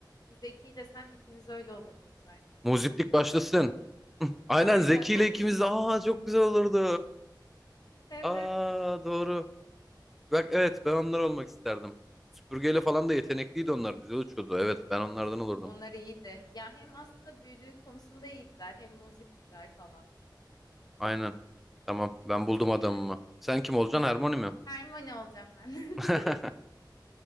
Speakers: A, on the left (about 55°); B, in the centre.
A: Zeki ile sen ikiniz öyle olurdunuz artık.
B: Muziplik başlasın. <laughs> Aynen
A: Aynen.
B: Zeki ile
A: <laughs>
B: ikimiz de aa çok güzel olurdu.
A: Evet.
B: Aa doğru. Bak evet ben onlar olmak isterdim. Süpürgeyle falan da yetenekliydi onlar. Güzel uçuyordu. Evet ben onlardan olurdum.
A: Onlar iyiydi. Ya hem aslında büyücülük konusunda iyiydiler, hem muziptiler falan.
B: Aynen. Tamam ben
A: İyiydi
B: buldum adamımı.
A: yani.
B: Sen kim olacaksın? Hermione mi?
A: Hermione olacağım ben. <laughs>
B: <laughs>